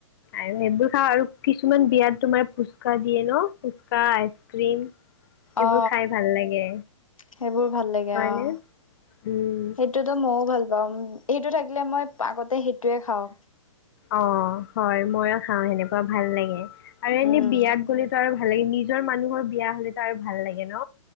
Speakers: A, on the left (about 45°); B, on the left (about 80°).
A: আৰু সেইবোৰ খাওঁ আৰু কিছুমান বিয়াত তোমাৰ ফুচকা দিয়ে ন', ফুচকা, আইচ ক্ৰীম সেইবোৰ
B: অ
A: খাই ভাল লাগে
B: সেইবোৰ ভাল লাগে
A: হয়নে?
B: অ
A: উম,
B: সেইটোতো ময়ো ভাল পাওঁ, সেইটো থাকিলে মই আগতে সেইটোয়ে খাওঁ।
A: অ', হয় ময়ো খাওঁ হেনেকুৱা ভাল লাগে, আৰু এনে
B: উম
A: বিয়াত গ'লে সেইটো আৰু ভাল লাগে, নিজৰ মানুহৰ বিয়া হ'লে টো আৰু ভাল লাগে ন?